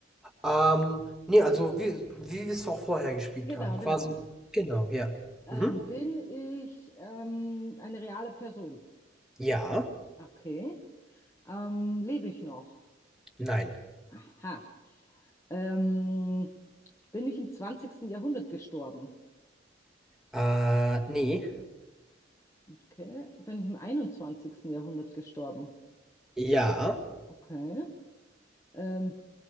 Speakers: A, in the centre; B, on the left.
A: Ähm, nee, also wie, wie wir es auch vorher gespielt
B: Genau,
A: haben. Quasi.
B: genau.
A: Genau, ja.
B: Äh,
A: Mhm.
B: bin ich ähm, eine reale Person?
A: Ja.
B: Okay. Ähm, lebe ich noch?
A: Nein.
B: Aha. Ähm, bin ich im zwanzigsten Jahrhundert gestorben?
A: Äh, nee.
B: Okay. Bin ich im einundzwanzigsten Jahrhundert gestorben?
A: Ja.
B: Okay. Ähm,